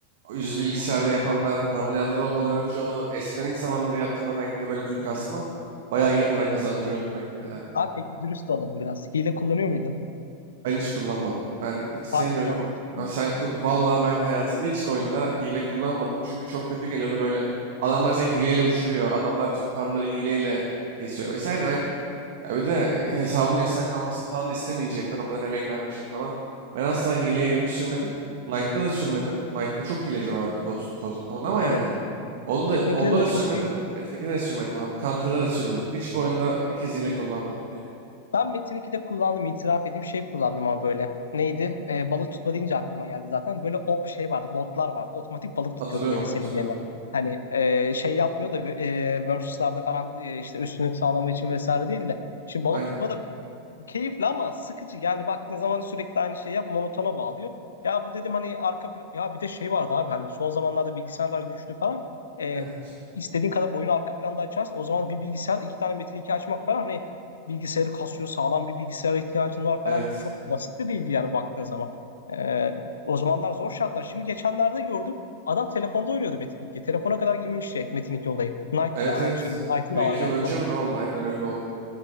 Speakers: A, on the right; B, on the left.
A: yüz bilgisayarla yapanlar, farmlayanlar olmadan önce onu eskiden ilk zamanları yaptığında Knight'ta böyle full kasma bayağı iyi para kazandırıyordu Knight'ta ya.
B: Abi peki dürüst olalım biraz. Hile kullanıyor muydun?
A: Ben hiç kullanmadım. Ben hiç sevmiyorum.
B: Hadi canım. Ciddi
A: Ama
B: misin?
A: sen kul Vallahi ben hayatımda hiçbir oyunda hile kullanmadım. Çünkü çok kötü geliyordu böyle. Adamlar seni hileyle uçuruyor. Adamlar tüm farmları hileyle kesiyor vesaire. Ben ya bir de hesabımın yasaklanmasını falan da istemeyeceğimden o kadar emek vermişim falan. Ben asla hileye elimi sürmedim. Knight'ta da sürmedim. Knight'ta çok hileci vardı Cost, Cost falan ama
B: Evet.
A: yani. Onu da,
B: Metin 2'de
A: onda
B: de
A: da sürmedim.
B: çok diyor.
A: Metin 2'de de sürmedim abi. Counter'da da sürmedim. Hiçbir oyunda bir kez hile kullanmadım yani.
B: Ben Metin 2'de kullandım itiraf edeyim şey kullandım ama böyle. Neydi? Ee, balık tutma deyince aklıma geldi zaten. Böyle o şey vardı botlar vardı. Otomatik balık tutuyordu
A: Hatırlıyorum
B: böyle seni
A: hatırlıyorum.
B: gene. Hani e, şey yapmıyordu e, versus'larda falan e, işte üstünlük sağlamak için vesaire değil de. Şimdi balık
A: Aynen.
B: tutma da keyifli ama sıkıcı. Yani baktığın zaman sürekli aynı şeyi yap, monotona bağlıyor. Ya bu dedim hani arka plan, ya bir de şey vardı abi hani son zamanlarda bilgisayarlar güçlü falan. Ee,
A: Evet.
B: istediğin kadar oyunu arka planda açarsın. O zaman bir bilgisayar iki tane Metin 2 açmak falan hani bilgisayarı kasıyor, sağlam bir bilgisayara ihtiyacın var falan.
A: Evet.
B: Çok basit de değildi yani baktığın zaman. Ee, o zamanlar zor şartlar. Şimdi geçenlerde gördüm. Adam telefonda oynuyordu Metin 2. Telefona kadar inmiş şey Metin 2 olayı. Knight
A: Evet
B: da
A: evet.
B: aynı şekilde. Knight'ın
A: Bir
B: da
A: iki
B: var galiba.
A: yıl önce mi ne oldu? Aynen öyle oldu.